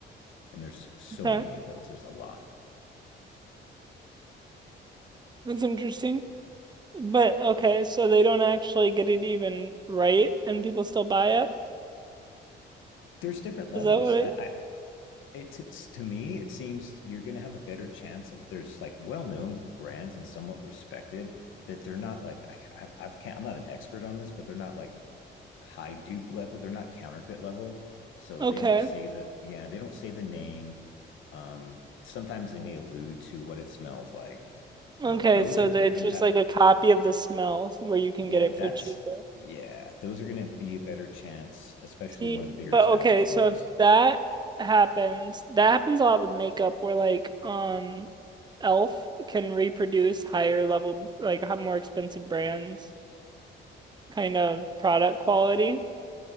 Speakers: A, on the left; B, on the right.
A: And there's so
B: Okay,
A: many of those. There's a lot.
B: that's interesting. But okay, so they don't actually get it even right and people still buy it?
A: There's different levels.
B: Is that what
A: I,
B: it?
A: I it it's, to me, it seems you're going to have a better chance of there's like well-known brands and somewhat respected that they're not like I, I, I can't. I'm not an expert on this, but they're not like high dupe level. They're not counterfeit level, so
B: Okay.
A: they don't say the yeah they don't say the name. Um, sometimes they may allude to what it smells like. Um,
B: Okay,
A: those
B: so
A: are
B: they-
A: you're
B: it's
A: gonna
B: just
A: have
B: like a copy of the smell where you can
A: yeah
B: get it
A: that's
B: for cheaper.
A: yeah those are gonna be a better chance, especially
B: See,
A: one of the bigger
B: but
A: established
B: okay, so
A: ones.
B: if that happens, that happens a lot with makeup where like um Elf can reproduce higher level like h- more expensive brands kind of product quality.